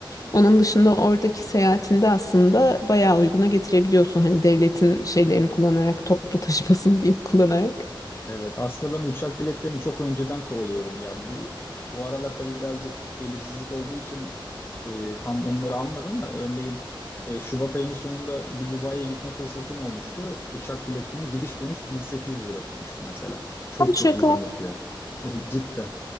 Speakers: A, on the left (about 40°); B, on the left (about 25°).
A: Onun dışında oradaki seyahatinde aslında bayağı uyguna getirebiliyorsun. Hani devletin şeylerini kullanarak, toplu taşımasını <laughs> diyeyim kullanarak.
B: Evet. Aslında ben uçak biletlerini çok önceden kovalıyorum ya. Bu bu aralar tabii birazcık belirsizlik olduğu için e, tam onları almadım da örneğin e, Şubat ayının sonunda bir Dubai'ye gitme fırsatım olmuştu. Uçak biletini gidiş dönüş 1800 lira tutmuştu mesela. Çok
A: Ay, Şaka.
B: çok uygun bir fiyat. <laughs> Cidden.